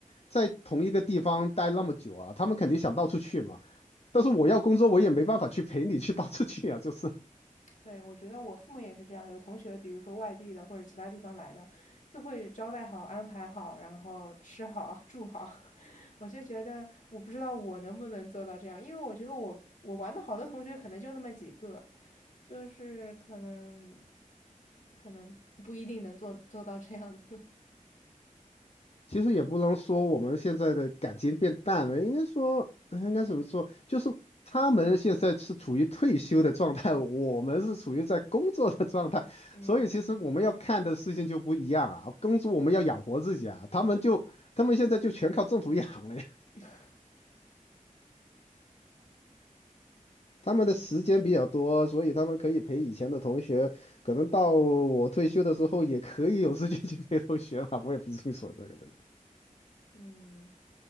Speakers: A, on the left (about 50°); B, on the left (about 65°).
A: 在同一个地方待那么久啊，他们肯定想到处去嘛。但是我要工作，我也没办法去陪你去到处去啊，就是。
B: 对，我觉得我父母也是这样，有同学，比如说外地的或者其他地方来的，就会招待好、安排好，然后吃好、住好。<laughs> 我就觉得，我不知道我能不能做到这样，因为我觉得我我玩的好的同学可能就那么几个，就是可能可能不一定能做做到这样子。
A: 其实也不能说我们现在的感情变淡了，应该说，哎应该怎么说？就是他们现在是处于退休的状态，我们是处于在工作的状态，
B: <laughs> 嗯
A: 所以其实我们要看的事情就不一样啊。工作我们要养活自己啊，他们就他们现在就全靠政府养了呀。
B: <laughs>
A: 他们的时间比较多，所以他们可以陪以前的同学，可能到我退休的时候也可以有时间去陪同学了。我也不清楚这个真的。
B: 嗯